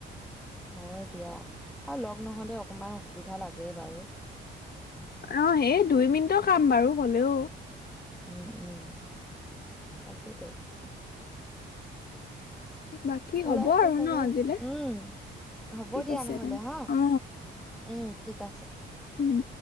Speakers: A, in the centre; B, on the left.
A: হয় দিয়া, আৰু লগ নহ'লে অকমান অসুবিধা লাগে বাৰু।
B: অঁ সেই দুই মিনিটৰ কাম বাৰু হ'লেও।
A: উম, উম, তাকেতো।
B: বাকী হ'ব
A: উলাই কৰি
B: আৰু
A: থাকিব
B: ন আজিলে
A: উম হ'ব
B: ঠিক
A: দিয়া
B: আছে
A: নহ'লে
B: তেন্তে
A: হা!
B: অ
A: উম, ঠিক আছে।
B: উম।